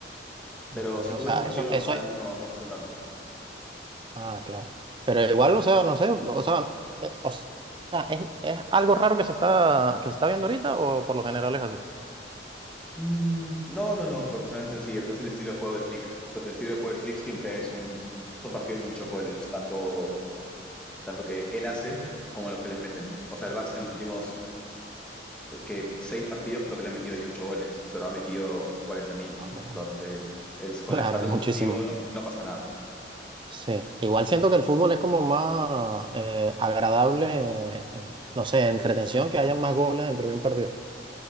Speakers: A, on the right; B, in the centre.
A: Mm,
B: Pero si
A: ya,
B: tú
A: o sea,
B: ves un partido
A: eso,
B: normal,
A: eso es.
B: no, no pasa tanto.
A: Ah, claro. Pero igual, o sea, no sé, o sea, eh, o sea, ¿es, es algo raro que se está, que se está viendo ahorita o por lo general es
B: Mm, no, no, no, por jornadas sencillas. Es el estilo de juego de Flick. Entonces, el estilo de juego de Flick siempre es un, son partidos de muchos goles, tanto, tanto que él hace como los que les meten. O sea, el Barça en los últimos que seis partidos creo que le ha metido 18 goles, pero ha metido cuarenta mil
A: así?
B: Entonces, el- con
A: Claro,
B: el saldo
A: muchísimo.
B: positivo no no pasa nada.
A: Sí. Igual siento que el fútbol es como más eh, agradable, eh, no sé, entretención, que haya más goles dentro de un partido.